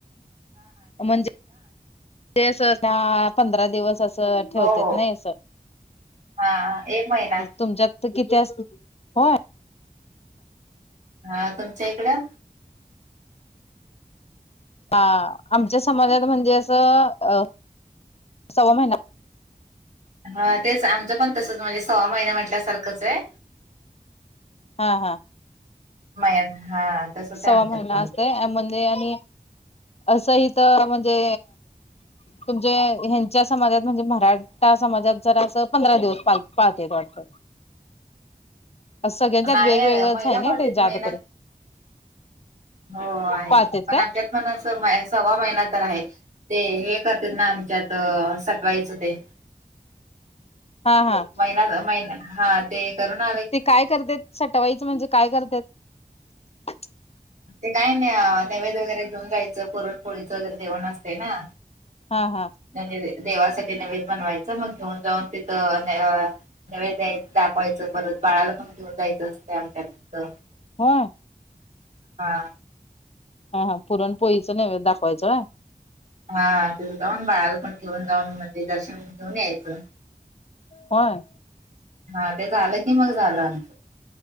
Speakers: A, on the left; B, on the right.
A: म्हणजे <inaudible> ते असं धा- पंधरा दिवस असं ठेवत्यात
B: हो हो
A: न असं.
B: हा. एक महिना
A: तुमच्यात तर किती अस. होय.
B: हा, तुमच्या इकडं?
A: हा. आमच्या समाजात म्हणजे असं, अ सव्वा महिना.
B: हा, तेच आमचं पण तसंच, म्हणजे सवा महिना म्हटल्या सारखंचय.
A: हा, हा.
B: महा तसचय,
A: सव्वा
B: आमच्यात
A: महिना
B: पण.
A: म्हणजे आणि अस हितं म्हणजे तुमज ह्यांच्या, समाजात म्हणजे मराठा समाजात, जरा असं पंधरा दिवस पाळते वाट <inaudible> सगळ्यांच्यात
B: नाही
A: वेगवेगळच
B: महिना
A: आहे ना,
B: पाळतेत
A: ते जादा
B: महिना
A: करून.
B: हो आहे.
A: पाळतेत
B: पण
A: काय
B: आमच्यात पण अस म सव्वा महिना तर आहे, ते हे करत ना आमच्यात, सटवायचं ते.
A: हा, हा.
B: <unintelligible> महिना हा. ते कर ना.
A: ते काय करतेत. सटवाईचं म्हणजे, काय करतेत?
B: ते काय नाही. नैवेद वगैरे घेऊन जायचं, पुरणपोळीचं वगैरे जेवण असते ना.
A: हा, हा.
B: <unintelligible> देवासाठी नैवद बनवायचं. मग घेऊन जाऊन तिथं नवैद द्याय, दाखवायचं. परत बाळाला पण घेऊन जायच असते आमच्या तिथं.
A: होय
B: हा.
A: हा, हा. पुरण पोळीचं नैवेद्य दाखवायचं होय.
B: हा. तिथं जाऊन बाळाला पण घेऊन जाऊन, म्हणजे दर्शन घेऊन यायचं.
A: होय.
B: हा, ते झालं की मग, झालं आमचं.